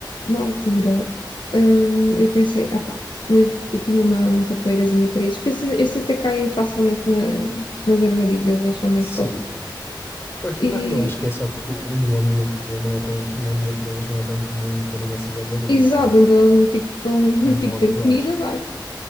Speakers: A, on the left; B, on the left.
A: na altura, hum, eu pensei, ah pá, mas eu tinha uma, uma ratoeirazinha para esses, porque esses, esses até caem facilmente na- nas armadilhas, eles são meio
B: Sim.
A: totós.
B: Pois, não,
A: E,
B: eu acho que é só porque o, no ambiente dele não é tão, no ambiente deles não é tão comum terem essas armadilhas,
A: exato,
B: pois não?
A: então eles, tipo, tão,
B: Não estão
A: <laughs> tipo,
B: habituados.
A: têm comida, vai.